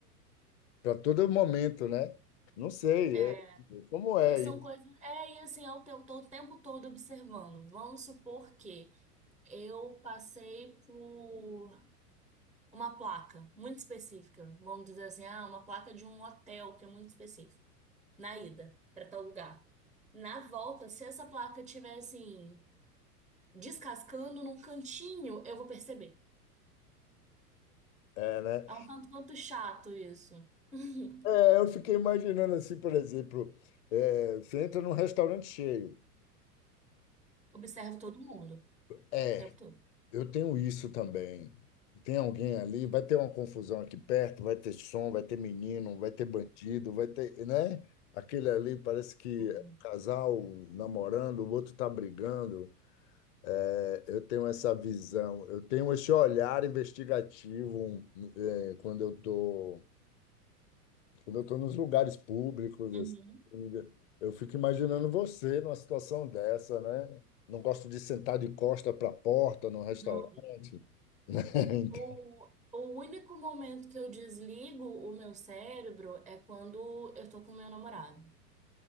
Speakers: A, on the left (about 45°); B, in the centre.
A: para todo momento, né? Não sei,
B: É,
A: é- como é
B: e são
A: isso,
B: coisas. É, e assim, eu estou o tempo todo observando. Vamos supor que eu passei por uma placa muito específica. Vamos dizer assim, ah, uma placa de um hotel que é muito específico. Na ida, para tal lugar. Na volta, se essa placa estiver assim, descascando num cantinho, eu vou perceber.
A: é, né?
B: É um tanto quanto chato isso. <laughs>
A: É, eu fiquei imaginando assim, por exemplo, é, você entra num restaurante cheio.
B: Observo todo mundo, o
A: é
B: tempo
A: é.
B: todo.
A: Eu tenho isso também. Tem alguém ali, vai ter uma confusão aqui perto, vai ter som, vai ter menino, vai ter bandido, vai ter, né? Aquele ali parece que
B: Uhum.
A: é casal namorando, o outro tá brigando. É, eu tenho essa visão, eu tenho esse olhar investigativo, né, quando eu tô, quando eu tô nos lugares públicos, assim,
B: Uhum.
A: né? eu fico imaginando você numa situação dessa, né? Não gosto de sentar de costa para a porta num restaurante.
B: Não,
A: né? <laughs>
B: o, o único momento que eu desligo o meu cérebro é quando eu tô com meu namorado,